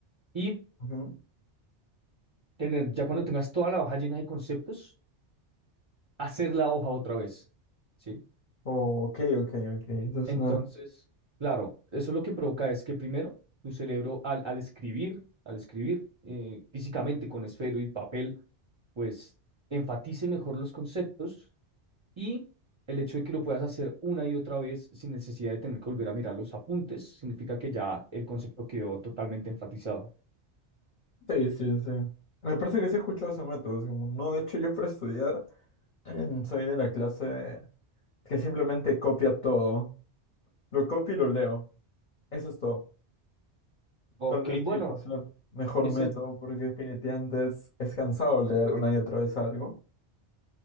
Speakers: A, on the right; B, on the left.
A: Y
B: ujú.
A: tener, ya cuando tengas toda la hoja llena de conceptos, hacer la hoja otra vez, ¿sí?
B: Oh, ok, ok, ok. Eso suena
A: Entonces, claro, eso lo que provoca es que primero tu cerebro al, al escribir, al escribir eh, físicamente con esfero y papel, pues enfatice mejor los conceptos y el hecho de que lo puedas hacer una y otra vez sin necesidad de tener que volver a mirar los apuntes, significa que ya el concepto quedó totalmente enfatizado.
B: Sí, sí, sí. Me parece que sí he escuchado ese método. es como, no, de hecho yo para estudiar <clears throat> soy de la clase que simplemente copia todo. Lo copio y lo leo. Eso es todo.
A: Ok,
B: Tal vez
A: bueno,
B: sí, no sea el mejor
A: ese,
B: método porque definitivamente es, es cansado leer una y otra vez algo